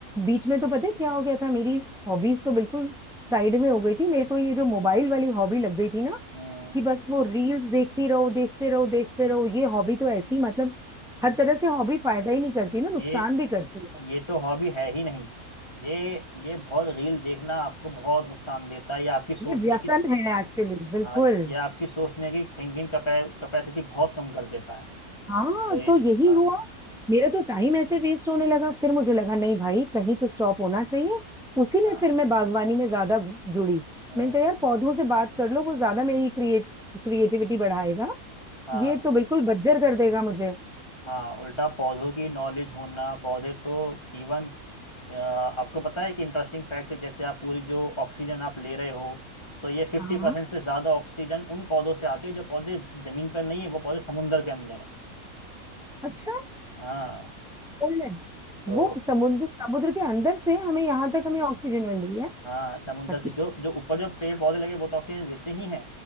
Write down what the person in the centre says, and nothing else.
बीच में तो पता है क्या हो गया था मेरी हॉबीज तो बिल्कुल साइड में हो गई थी मेरे को ये जो मोबाइल वाली हॉबी लग गई थी ना
कि बस वो रील्स देखती रहो देखते रहो देखते
रहो ये हॉबी तो ऐसी मतलब
हर तरह से हॉबी फायदा ही नहीं करती ना नुकसान
भी करती है
ये व्यसन
है एक्चुअली बिल्कुल
हाँ
तो
यही
हुआ मेरा तो टाइम ऐसे वेस्ट होने लगा फिर मुझे लगा नहीं भाई कहीं तो स्टॉप होना चाहिए उसी ने
फिर मैं बागवानी में ज्यादा जुड़ी
मैंने कहा यार पौधों से बात कर लो वो ज्यादा मेरी क्रिएट क्रिएटिविटी बढ़ाएगा
ये तो बिल्कुल बज्जर कर देगा मुझे
हाँ
अच्छा
पोलैंड
वो समुद्र समुद्र के अंदर से हमें यहाँ तक हमें ऑक्सीजन मिल रही है
अच्छा